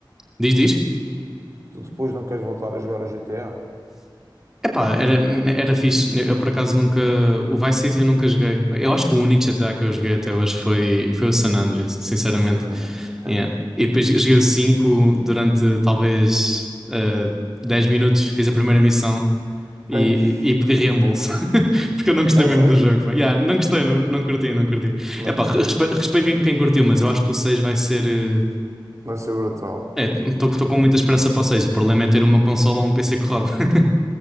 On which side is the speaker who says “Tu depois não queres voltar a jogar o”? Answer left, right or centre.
Right